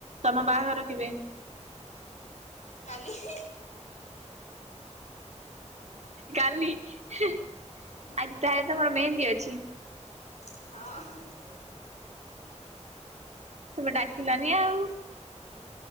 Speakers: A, on the right; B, on the left.
A: ତମ ବାଆଘର କେବେ।
B: କାଲି ହି।
A: କାଲି ଆଜି ହେ
B: ହୁଁ
A: ଆଜି ତାହେଲେ ତମର ମେହେନ୍ଦୀ ଅଛି।
B: ହଁ।
A: ତମେ ଡାକିଲନି ଆଉ।